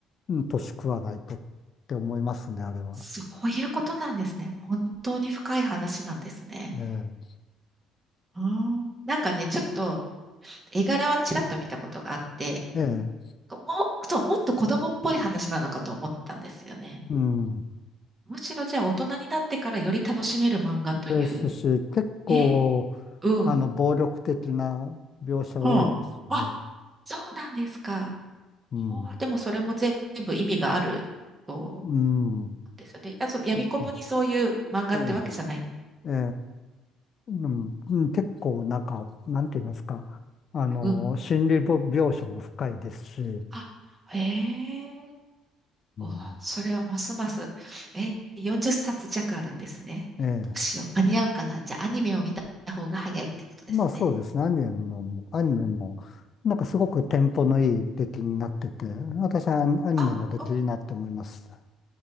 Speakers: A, on the left (about 50°); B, on the right (about 35°).
A: うんうん、年食わないとって思いますね、あれは。
B: そういうことなんですね。本当に深い話なんですね。
A: ね
B: ああ、なんかね、ちょっと絵柄はちらっと見たことがあって、
A: え、え
B: こうもっと、もっと子供っぽい話なのかと思ったんですよね。
A: え、うん。
B: むしろじゃあ大人になってからより楽しめる漫画という。
A: ですし、結構、
B: えー、うん。
A: あの、暴力的な描写多いですね。
B: はあ、あそうなんですか。
A: うん。
B: はあでもそれも全部意味があると、
A: うん。
B: なんですよね。いや、その闇雲にそういう漫画ってわけじゃない。
A: 結構、ええ、ええ、うん、うん結構なんか、なんて言いますか。あの、
B: うん。
A: 心理ぼ描写も深いですし、
B: あ、へえ
A: うん。
B: お、それはますます。え、40冊弱あるんですね。
A: ええ
B: どうしよう。間に合うかな。じゃあ、アニメを見た方が早いってことですね。
A: まあそうですね。アニメも、アニメも、なんかすごくテンポのいい出来になってて、
B: うん、
A: 私はアニアニメの出来いいなって思います。
B: あ、お